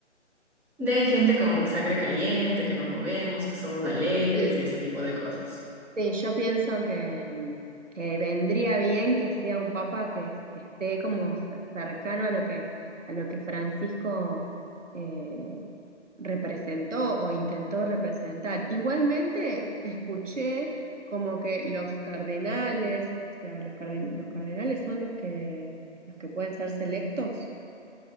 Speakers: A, in the centre; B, on the right (about 85°).
A: de gente con sangre caliente, que nos movemos, que somos alegres
B: sí,
A: y ese tipo de cosas.
B: sí, yo pienso que, que vendría bien que sea un papa que, que esté como cer- cercano a lo que, a lo que Francisco eh, representó o intentó representar. Igualmente escuché como que los cardenales, o sea, los, carden- los cardenales son los que, los que pueden ser selectos.